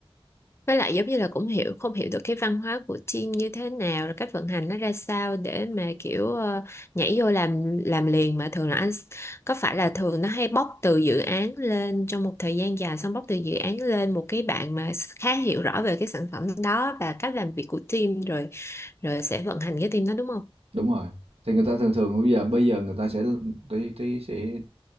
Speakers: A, on the left (about 25°); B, on the right (about 90°).
A: Với lại giống như là cũng hiểu không hiểu được cái văn hóa của team như thế nào rồi cách vận hành nó ra sao để mà kiểu ờ, nhảy vô làm làm liền mà thường là anh s- có phải là thường nó hay bóc từ dự án lên trong một thời gian dài xong bóc từ dự án lên một cái bạn mà khá hiểu rõ về cái sản phẩm đó và cách làm việc của team rồi rồi sẽ vận hành cái team đó đúng không
B: Đúng rồi, thì người ta thường thường bây giờ bây giờ người ta sẽ tí tí sẽ,